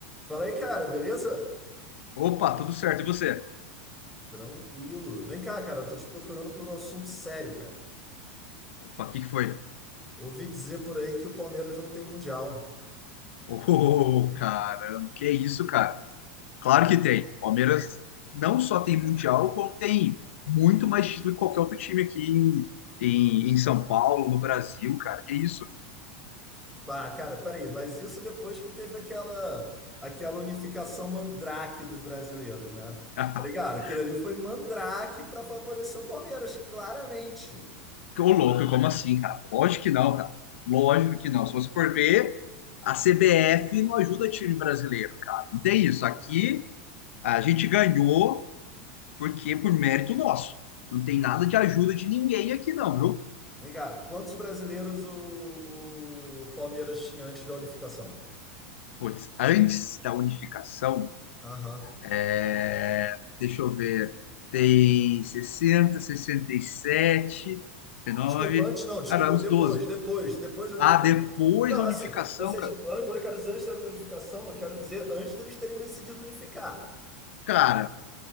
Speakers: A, in the centre; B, on the left.
A: Fala aí, cara, beleza?
B: Opa, tudo certo. E você?
A: Tranquilo. Vem cá, cara, eu tô te procurando por um assunto sério, cara.
B: Opa, o que que foi?
A: Ouvi dizer por aí que o Palmeiras não tem mundial.
B: <laughs> Ô, caramba, que isso, cara? Claro que tem. Palmeiras não só tem Mundial, como tem muito mais título que qualquer outro time aqui em, em, em São Paulo, no Brasil, cara. Que isso?
A: Ah, cara, peraí, mas isso depois que teve aquela aquela unificação mandrake dos brasileiros, né?
B: <laughs>
A: Tá ligado? Aquilo ali foi mandrake pra favorecer o Palmeiras, claramente.
B: Ô, louco, como assim, cara? Lógico que não, cara. Lógico que não. Se você for ver, a CBF não ajuda time brasileiro, cara. Não tem isso. Aqui a gente ganhou porque por mérito nosso. Não tem nada de ajuda de ninguém aqui, não, viu?
A: Vem cá, quantos brasileiros o, o Palmeiras tinha antes da unificação?
B: Putz, antes da unificação,
A: Aham.
B: é, deixa eu ver, tem sessenta, sessenta e sete, 19,
A: Desculpa, antes não, desculpa,
B: cara, uns
A: depois,
B: 12.
A: depois, depois da unificação.
B: Ah, depois
A: Não,
B: da
A: assim,
B: unificação,
A: ou seja,
B: ca-
A: an- quando eu quero dizer antes da unificação, eu quero dizer antes deles terem decidido unificar.
B: cara,